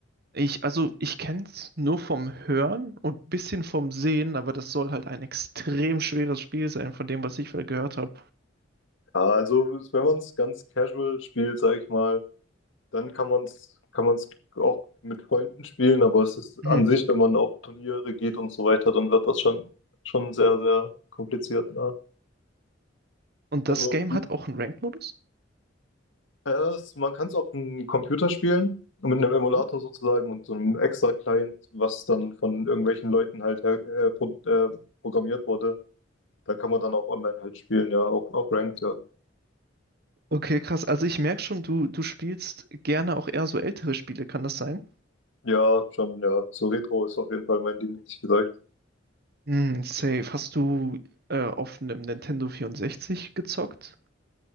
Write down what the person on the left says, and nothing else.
Ja, also wenn man es ganz casual spielt, sage ich mal, dann kann man es kann man es auch mit Freunden spielen, aber es ist
an sich, wenn man auf Turniere geht und so weiter, dann wird das schon schon sehr, sehr kompliziert. Ja.
Also
äh, es, man kann es auf dem Computer spielen, mit einem Emulator
sozusagen und so einem extra Client, was dann von irgendwelchen Leuten halt her, äh, pro, äh, programmiert wurde. Da kann man dann auch online halt spielen, ja, auch, auch ranked, ja.
Ja, schon, ja. So Retro ist auf jeden Fall mein Ding, hätte ich gesagt.